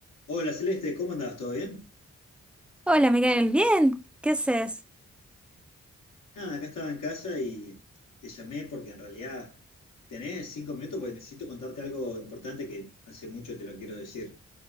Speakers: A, on the left (about 75°); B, in the centre.
A: Hola Celeste, ¿cómo andás? ¿Todo bien?
B: Hola Miguel, bien, ¿qué haces?
A: Nada, acá estaba en casa y te llamé porque en realidad tenés cinco minutos porque necesito contarte algo importante que hace mucho te lo quiero decir.